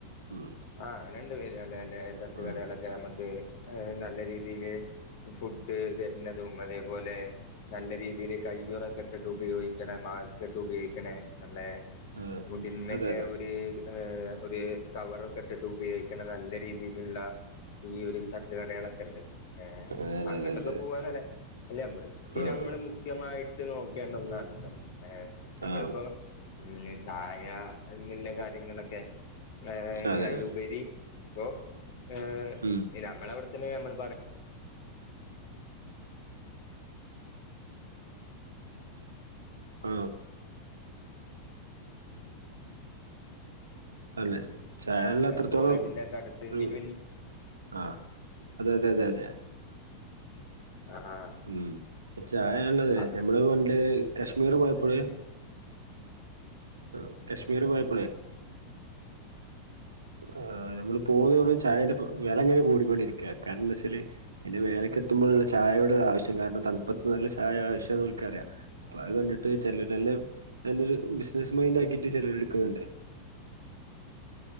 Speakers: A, on the right; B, on the left.
A: ഉം
B: ആഹ് അങ്ങനെണ്ട് പേര് നല്ലെ നല്ലെ തട്ട്കടകളൊക്കെ
A: ആഹ്
B: ഞമ്മക്ക് നല്ല രീതീല് ഫുഡ്ഡ് വര്ണതും അതേപോലെ നല്ലെ രീതീല് കയ്യുറക്കെട്ട്ട്ട് ഉപയോഗിക്ക്ണെ മാസ്ക്ക്ട്ട് ഉപയോഗിക്ക്ണേ നമ്മ്ളെ
A: ആഹ്
B: മുടിമ്മെക്കെ
A: അതെ അതെ
B: ഒര് ഏഹ് ഒര് കവറാെക്കെട്ട്ട്ട് ഉഭയോഗിക്ക്ണെ നല്ല രീതീല്ള്ളാ ഈയൊരു തട്ടുകടകളൊക്കെ ഉണ്ട് ഏഹ്
A: അതെ അതെ
B: അങ്ങോട്ടൊക്കെ
A: അതെ
B: പോവാലോലേ അല്ല വൃത്തി
A: ആഹ്
B: നമ്മള് മുഖ്യമായിട്ട് നോക്കേണ്ട ഒന്നാണലോ ഏ് നമ്മളിപ്പോ
A: ആഹ്
B: ഉം ചായ എന്ന്ല്ലെ കാര്യങ്ങളൊക്കെ ഏഹ്
A: അതെ
B: അയ്ലുപരി
A: അതെ
B: പ്പോ ഏഹ്
A: ഉം
B: നമ്മളവ്ട്ത്ത്നെ ഞമ്മൾ പറ
A: ആഹ് അതെ ചാനല്ൽ അത്രത്തോളം
B: കോളേജിന്റെ ഒക്കെ അടുത്ത്
A: ഒരു
B: വലിയ വലിയ
A: ആഹ് അതെ അതെ അതെ അതെ
B: ആഹ്
A: ഉം അത് ചായാണ്ടത്
B: അപ്പ
A: ഞമ്മള് പണ്ട് കശ്മീറ് പോയപ്പള്
B: അത്രന്നെ
A: ഉ കശ്മീര് പോയപ്പളേ ആഹ് ഞമ്മള് പോകും തോറും ചായെന്റെ വെലെങ്ങെനെ കൂടിക്കൊണ്ടിരിക്കാ കാര്ണംന്താച്ചാല് അയ്ന്റെ മേലെക്കെത്തുമ്പൾല്ലെ ചായയുടെ ഓരാവശ്യം കാരണം തൺപ്പത്ത് നല്ല ചായ ആവശ്യാന്ന് ഓൽക്കറ്യാ അപ്പൊ അത് കണ്ടിട്ട് ചിലരെല്ലാം നല്ലൊരു ബിസിനസ്സ് മൈൻഡ് ആക്കിട്ട് ചിലര് എടുക്കുന്നുണ്ട്